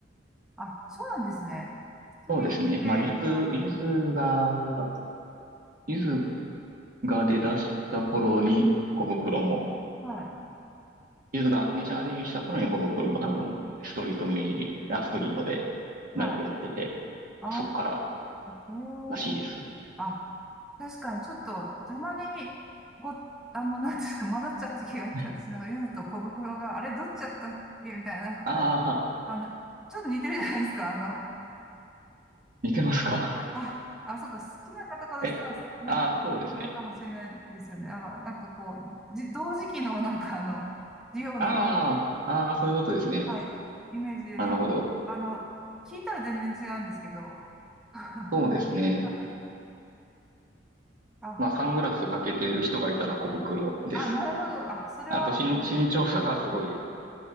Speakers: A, in the centre; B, on the right (about 50°).
A: あ、そうなんですね。ストリートでコラボされて、
B: そうですね。まあ、ゆず、ゆずが、ゆずが出だした頃に小袋も、
A: は
B: ゆずがメジャーデビューした頃に小袋も多分、ストリートミュージック、あ、ストリートでライブやってて、
A: い、はい。あ
B: まあそっから
A: あ、え
B: らしいです。
A: えあ、確かに、ちょっと、たまに、ご、あの、なんですか、混ざっちゃう時があって、
B: はい
A: 私なんか、ゆずと小袋が、あれ、どっちだったっけみたいな、なんかこう、
B: ああ、
A: あの、ちょっと似てるじゃないですか、あの、
B: 似てますか。
A: あ、あ、そうか、好きな方からしたら、
B: え、
A: なんか、
B: ああ、そうですね。
A: あれかもしれないですよね。なんか、なんかこう、じ、同時期の、なんかあの、リオの、
B: ああ、ああ、そういうことですね。
A: はい、イメージで、
B: なるほど。
A: でも、あの、聞いたら全然違うんですけど。<laughs> は
B: そうですね。
A: いあ、
B: まあ、サングラスかけている人がいたら小袋です。
A: あ、なるほど。あ、それは、
B: あと、身、身長差がすごい
A: あ